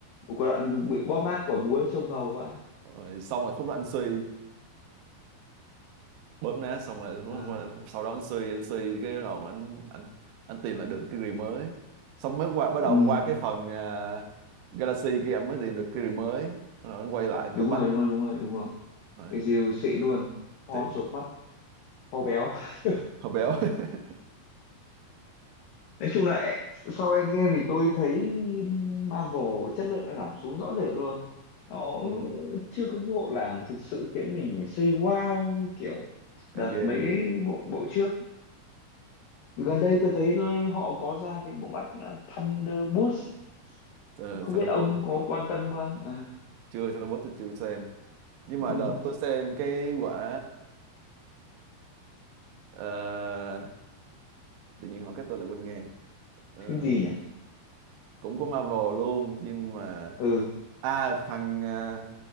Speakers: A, on the left; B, on the right.
A: có đoạn bị bóp nát cỏ búa trông ngầu quá
B: rồi xong rồi khúc đó anh suy bóp nát xong rồi
A: Ờ.
B: <laughs> sau đó anh suy anh suy cái bắt đầu anh anh anh tìm lại được cái rìu mới xong mới qua bắt đầu
A: Ừ,
B: qua cái phần à, Galaxy kia anh mới tìm được cái rìu mới rồi anh quay lại anh
A: đúng
B: comeback
A: rồi, đúng rồi, đúng rồi, đúng rồi.
B: Đấy,
A: Cái dìu xị luôn, to
B: tiện
A: chột mắt, to béo. <laughs>
B: hồi béo <laughs>
A: Nói chung là sau Endgame thì tôi thấy Marvel chất lượng đã giảm xuống rõ rệt luôn. Nó
B: ừ,
A: chưa có cái bộ nào mà thực sự khiến mình say wow như kiểu đợt
B: Endgame
A: mấy cái bộ bộ trước. Gần đây tôi thấy họ có ra cái bộ mắt là Thunderbolts. à?
B: uh,
A: Không
B: Thunderbolt
A: biết ông có quan tâm không? À,
B: chưa Thunderbolt tôi chưa xem nhưng mà
A: ừ,
B: đợt tôi xem cái quả ờ, ờ, tự nhiên hỏi cái tôi lại quên ngang Ờ,
A: cái gì nhỉ?
B: cũng có Marvel luôn nhưng mà
A: Ừ,
B: à phần à,